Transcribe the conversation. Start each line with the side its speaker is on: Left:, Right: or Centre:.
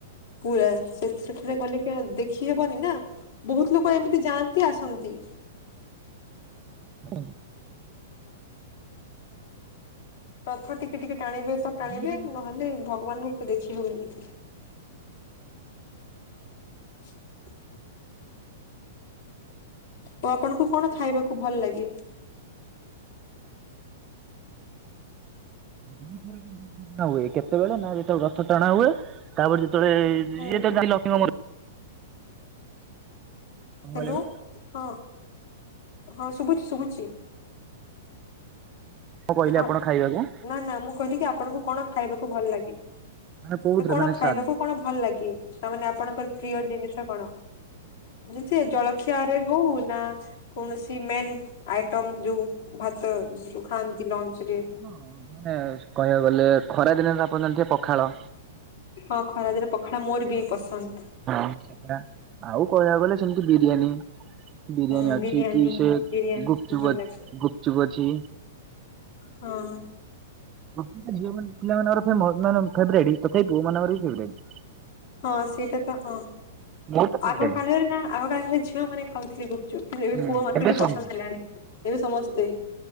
Left: ପୁରା ସେ ସେଠାରେ ଗଲେ ତ ଦେଖିହବନି ନା ବହୁତ ଲୋକ ଏମିତି ଯାଆନ୍ତି ଆସନ୍ତି।
Right: ହ।
Left: ରଥ ଟିକେ ଟିକେ ଟାଣିବେ ତ ଟାଣିବେ
Right: ଦି ଦିନ
Left: ନହେଲେ ଭଗବାନଙ୍କୁ ଦେଖି ହୁଏନି। <inaudible> ତ ଆପଣଙ୍କୁ କଣ ଖାଇବାକୁ ଭଲ ଲାଗେ?
Right: ଦି ଥର <unintelligible> ହୁଏ କେତେବେଳେ ନା ଯେତେବେଳେ ରଥ ଟଣା ହୁଏ। ତାପରେ ଯେତେବେଳେ
Left: ହୁଁ
Right: ଇଏ ତ ଯାଇ ଲକ୍ଷ୍ମଙ୍କ ମ ମନ୍ଦିର।
Left: ହଲୋ ହଁ ହଁ ଶୁଭୁଚି ଶୁଭୁଚି।
Right: କ କହିଲେ
Left: ହଁ।
Right: ଆପଣ ଖାଇବାକୁ
Left: ନା ନା ମୁଁ କହିଲି କି ଆପଣଙ୍କୁ କଣ ଖାଇବାକୁ ଭଲ ଲାଗେ?
Right: ମାନେ କୋଉଥିରେ
Left: ସେ କଣ
Right: ମାନେ
Left: ଖାଇବାକୁ
Right: ସା
Left: କଣ ଭଲ ଲାଗେ? ତାମାନେ ଆପଣଙ୍କର ପ୍ରିୟ ଜିନିଷ କଣ ଯେଥି ଜଳଖିଆରେ ହଉ ନା କୌଣସି ମେନ୍ ଆଇଟମ ଯୋଉ ଭାତ ଯୋଉ ଖାଆନ୍ତି ନ୍ତି ଲଞ୍ଚ ରେ
Right: ହଁ ମାନେ କହିବାକୁ ଗଲେ ଖରା ଦିନ ଆପଣ ଜଣିଥିବେ ପଖାଳ।
Left: ହଁ ଖରାଦିନ ପଖାଳ ମୋର ବି ପସନ୍ଦ।
Right: ହଁ ସେଟା ଆଉ କହିବାକୁ ଗଲେ ସେମତି ବିରିୟାନୀ। ବିରିୟାନୀ
Left: ହୁଁ
Right: ଅଛି
Left: ବିରିୟାନୀ
Right: କି ସେ
Left: ବିରିୟାନୀ
Right: ଗୁପଚୁପ
Left: ଭଲ
Right: ଅ
Left: ଲାଗେ
Right: ଗୁପଚୁପ ଅଛି।
Left: ହଁ।
Right: ଗୁପ ଝିଅ ମାନ ପିଲମାନଙ୍କର ଫେମ ନାନା ଫେବରାଇଟ୍ ତଥାପି ପୁଅ ମାନଙ୍କର ଭି ଫେବରାଇଟ୍।
Left: ହଁ ସେଇଟା ତ ହଁ
Right: ମୋର ତ ଫେବରାଇଟ୍
Left: ଆଗ କାଳରେ ନା ଆଗ କାଳରେ ଝିଅ ମାନେ ଖାଉଥିଲେ ଗୁପ ଚୁପ ଏବେ
Right: ହୁଁ
Left: ପୁଅ ମାନଙ୍କୁ
Right: ଏବେ
Left: ର
Right: ସବୁ
Left: ପସନ୍ଦ ହେଲାଣି ଏବେ ସମସ୍ତେ